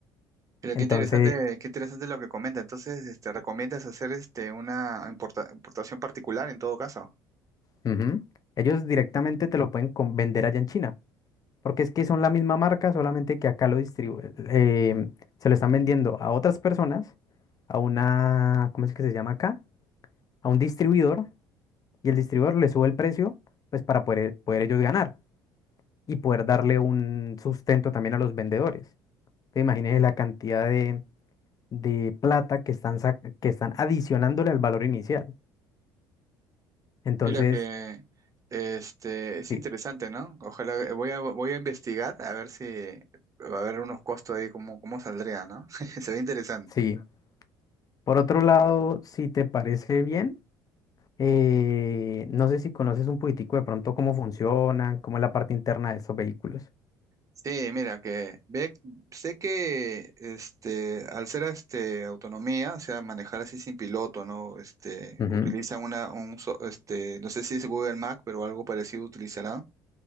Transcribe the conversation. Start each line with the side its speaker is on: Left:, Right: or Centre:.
Right: Mira,
Left: Entonces,
Right: qué interesante, qué interesante lo que comenta. Entonces, este, recomiendas hacer este una importa- importación particular en todo caso.
Left: Ujú. ellos directamente te lo pueden con- vender allá en China, porque es que son la misma marca, solamente que acá lo distribu- eh, se lo están vendiendo a otras personas, a una, ¿cómo es que se llama acá? A un distribuidor, y el distribuidor le sube el precio, pues para poder, poder ellos ganar y poder darle un sustento también a los vendedores. Te imaginas la cantidad de, de plata que están, sac- que están adicionándole al valor inicial. Entonces,
Right: Mira que este es
Left: sí.
Right: interesante, ¿no? Ojalá eh, voy a voy a investigar a ver si va a haber unos costos ahí cómo cómo saldría, ¿no? <laughs> Se ve interesante.
Left: Sí. Por otro lado, si te parece bien, eh, no sé si conoces un poquitico de pronto cómo funcionan, cómo es la parte interna de estos vehículos.
Right: Sí, mira que ve, sé que este al ser este autonomía, o sea, manejar así sin piloto, ¿no? Este
Left: Ujú.
Right: utilizan una un so- este no sé si es Google Mac, pero algo parecido utilizará.